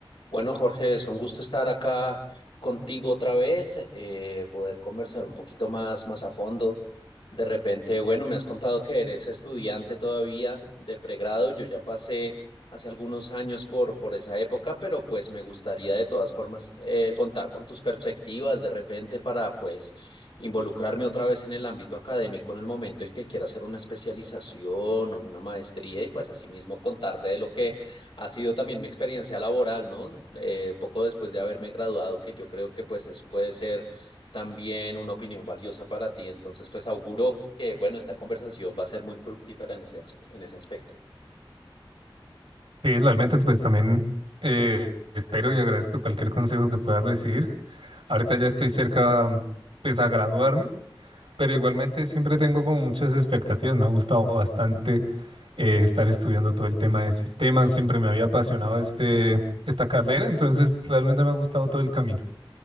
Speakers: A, on the left; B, on the right.
A: Bueno, Jorge, es un gusto estar acá contigo otra vez, eh, poder conversar un poquito más, más a fondo. De repente, bueno, me has contado que eres estudiante todavía de pregrado. Yo ya pasé hace algunos años por, por esa época, pero pues me gustaría de todas formas eh, contar con tus perspectivas de repente para pues involucrarme otra vez en el ámbito académico en el momento en que quiera hacer una especialización o una maestría y pues asimismo contarte de lo que ha sido también mi experiencia laboral, ¿no? Eh, poco después de haberme graduado, que yo creo que pues eso puede ser también una opinión valiosa para ti. Entonces, pues auguro que, bueno, esta conversación va a ser muy fructífera en ese, as- en ese aspecto.
B: Sí, realmente pues también eh, espero y agradezco cualquier consejo que puedas decir. Ahorita ya estoy cerca mm, pues a graduarme, pero igualmente siempre tengo como muchas expectativas. Me ha gustado bastante eh, estar estudiando todo el tema de sistemas. Siempre me había apasionado este, esta carrera, entonces realmente me ha gustado todo el camino.